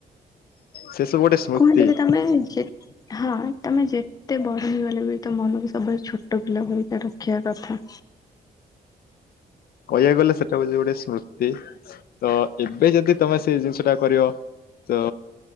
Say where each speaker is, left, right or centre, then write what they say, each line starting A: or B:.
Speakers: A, on the left; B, on the left.
A: ସେ ସବୁ ଗୋଟେ ସ୍ମୃତି
B: କୁହନ୍ତି କି ତମେ ଯେତ୍ ହଁ ତମେ ଯେତ୍ ତେ ବଡ ହେଇଗଲେ ବି ତୋ ମନକୁ ସବୁବେଳେ ଛୋଟ ପିଲା ଭଳି କା ରଖିବାର କଥା।
A: କହିବାକୁ ଗଲେ ସେଟା ହଉଛି ଗୋଟେ ସ୍ମୃତି। ତ ଏବେ ଯଦି ତମେ ସେଇ ଜିନିଷ ଟା କରିବ ତ